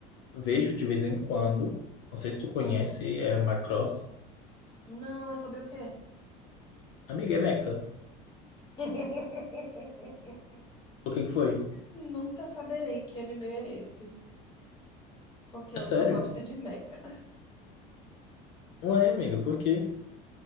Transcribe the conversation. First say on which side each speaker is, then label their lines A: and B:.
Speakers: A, on the left; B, on the left.
A: vejo de vez em quando. Não sei se tu conhece,
B: hum.
A: é Macross.
B: Não, é sobre o quê?
A: Amiga, é Mecha.
B: <laughs>
A: O que que foi?
B: Nunca saberei que anime é esse, porque
A: É
B: eu
A: sério?
B: não gosto de mecha.
A: Ué, amiga, por quê?